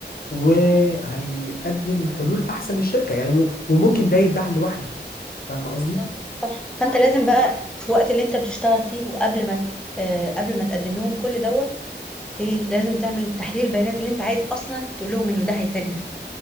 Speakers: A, on the left; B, in the centre.
A: وهيقدم حلول احسن للشركة يعني م- وممكن ده يتباع لوحده فاهم قصدي
B: طب صح فانت لازم بقى في الوقت اللي انت بتشتغل فيه وقبل ما ت- آه، قبل ما تقدم لهم كل دوت ايه لازم تعمل التحليل البيانات اللي انت عايز اصلا تقول لهم انه ده هيفيدنا